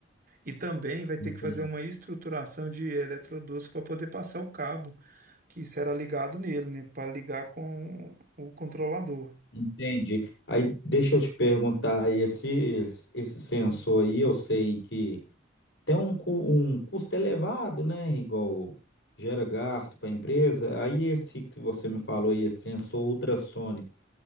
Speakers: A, on the right; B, on the left.
A: E também vai ter
B: Entendi.
A: que fazer uma estruturação de eletrodutos para poder passar o cabo que será ligado nele, né, para ligar com o controlador.
B: Entendi. Aí deixa eu te perguntar, esse, esse sensor aí, eu sei que tem um, cu- um custo elevado, né? Igual gera gasto para a empresa. Aí esse que você me falou aí, esse sensor ultrassônico.